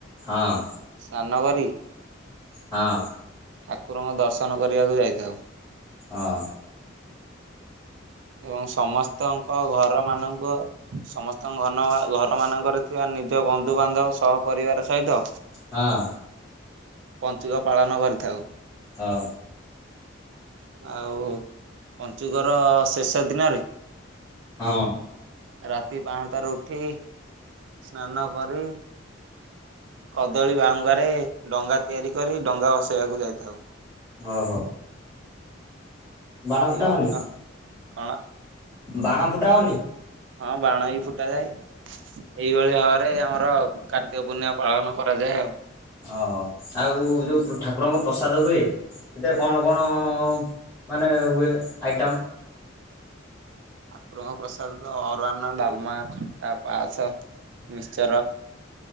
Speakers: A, in the centre; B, on the right.
A: ହଁ।
B: ସ୍ନାନ କରି
A: ହଁ।
B: ଠାକୁରଙ୍କ ଦର୍ଶନ କରିବାକୁ ଯାଇଥାଉ।
A: ହଁ।
B: ଏବଂ ସମସ୍ତଙ୍କ ଘର ମାନଙ୍କ ସମସ୍ତଙ୍କ ଘନ ଘର ମାନଙ୍କରେ ଥିବା ନିଜ ବନ୍ଧୁବାନ୍ଧବ ସହ ପରରିବାର ସହିତ
A: ହଁ।
B: ପଞ୍ଚୁକ ପାଳନ କରିଥାଉ।
A: ହଁ।
B: ଆଉ ପଞ୍ଚୁକର ଶେଷ ଦିନରେ
A: ହଁ।
B: ରାତି ପାହାନ୍ତାରୁ ଉଠି ସ୍ନାନ କରି କଦଳୀ ବାହୁଙ୍ଗାରେ ଡଙ୍ଗା ତିଆରି କରି ଡଙ୍ଗା ଭସେଇବାକୁ ଯାଇଥାଉ।
A: ଓହ। ବାଣ ଫୁଟାଅନି
B: ଏଇଭଳି କଣ
A: ବାଣ ଫୁଟାଅନି?
B: ହଁ ବାଣ ବି ଫୁଟା ଯାଏ। ଏଇଭଳି ଘର ଆମର। କାର୍ତ୍ତିକ ପୂର୍ଣ୍ଣିମା ପାଳନ କରାଯାଏ ଆଉ।
A: ଓ ଆଉ ଯୋଉ ଠାକୁରଙ୍କ ପ୍ରସାଦ ହୁଏ। ସେଥିରେ କଣ କଣ ମାନେ ହୁଏ ଆଇଟମ?
B: ଠାକୁରଙ୍କ ପ୍ରସାଦତ ଅରୁଅନ୍ନ, ଡାଲମା, ଖଟା, ପାସ ମିଶ୍ଚର,